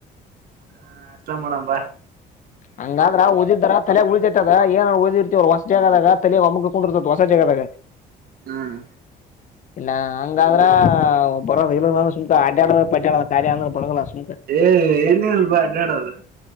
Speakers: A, on the right (about 60°); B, on the left (about 50°).
A: ಹ ಇಷ್ಟ ಮಾಡೇಡಂಬಾ
B: ಹಂಗಾದ್ರ ಓದಿದ್ರ ತಲೆ ಉಳಿತೈತದ ಏನ ಓದಿರ್ತಿವ್ ಜದಾಗ ತಲೆ ಒಮ್ಮಗಕೊಂಡಿರ್ತದದು ಹೊಸ ಜಾಗದಾಗ
A: ಹ್ಮ್
B: ಇಲ್ಲ ಹಂಗಾದ್ರ ಬರದ ಇ ಸು್ಕ ಅಡ್ಡ್ಯಾಡ ಪಟ್ಟ್ಯಾಡ ಕ್ಯ ಅಂದ್ರ ಬರಲ್ಲ ಸುಮಕ
A: ಏ ಇಲ್ಲಿಲ್ ಬ ಅಡಾಡದು